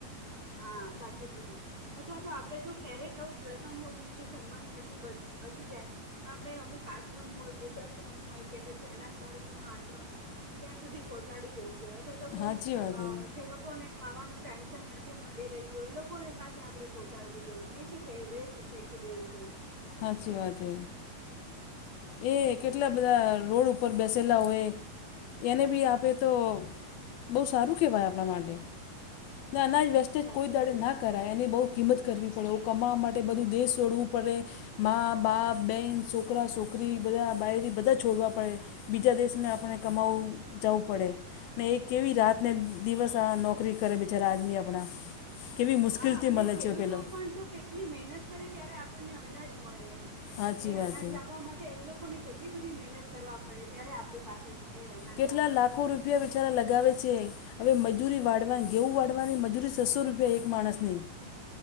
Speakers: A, on the right; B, on the left.
A: હા સાચું કીધૂ અથવા તો આપડે જો ક્યારેક એવું પ્રસંગ હોય એનું જો જમવાનું એટલું બચી જાય તો આપડે અમુક આશ્રમ હોય વૃદ્ધાશ્રમ હોય કે પછી અનાજ બાળકો ન આશ્રમ હો ત્યાં સુધી પહોંચાડી દેવું જોઈએ અથવા તો કોઈ
B: સાચી વાત
A: અ
B: હે
A: જે લોકોને ખાવાનું ટટેમશન નથ મળી રહ્યું હોય લોકોની પાસે આપડે પહોંચાડવું જોઈએ નહી વેસ્ટ ફેંકી દેવું જોઈ
B: સાચી વાત હે એ
A: હમ
B: કેટલા બધા રોડ ઉપર બેસેલા હોય એ એને બી આપે તો બહુ સારું કહેવાય આપણા માટે ના એના જ વેસ્ટેજ
A: સાચું
B: કોઈ દાડે
A: કીધું
B: નાખ કરાય એને બહુ કિંમત કરવી પડે કમાવા માટે બધું દેશ છોડવું પડે મા બાપ બેહેન છોકરા છોકરી બધા બાયરી બધા છોડવા પડે બીજા દેશને આપણે કમાવું જવું પડે ને એ કેવી રાતને દિવસ આ નોકરી કરે બિચારા આદમી આપણા કેવી મુશ્કેલથી
A: હા અને
B: મળે
A: ખેડૂતો
B: છે પેલો
A: પણ તો કે કેટલી મહેનત કરે ત્યારે આપણને અનાજ મળે એમ
B: સાચી
A: એ
B: વાત
A: અનાજ લાવવા માટે એ લોકો લોકો ને કેટલી બધી મહેનત કરવા પડે ત્યારે આપણી પાસે એ અનાજ
B: કેટલા
A: આવે
B: લાખો રૂપિયા બીચારા
A: એ-
B: લગાવે છે હવે મજૂરી વાળવા ઘેઉ વાળવાની મજૂરી છસો રૂપિયા એક માણસની